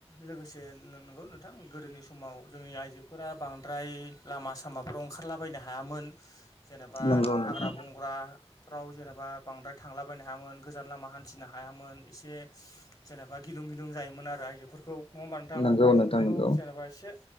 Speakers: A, on the left (about 30°); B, on the left (about 60°).
A: लोगोसे नंगौ नोंथां गोदोनि समाव जोंनि आइजोफोरा बांद्राय लामा सामाफ्राव ओंखारलाबायनो नो हायामोन जेनेबा
B: नंगौ नोंथां
A: हाग्रा बंग्रा फाव जेनेबा बांद्राय थांलाबायनो हायामोन गोजान लामा हान्थिनो हायामोन एसे जेनेबा गि लुं गिलुं जायोमोन आरो आइजोफोरखौ नङा होमबा नोंथां
B: नंगौ
A: आइजोफोरखौ
B: नोंथां नंगौ
A: जेनेबा एसे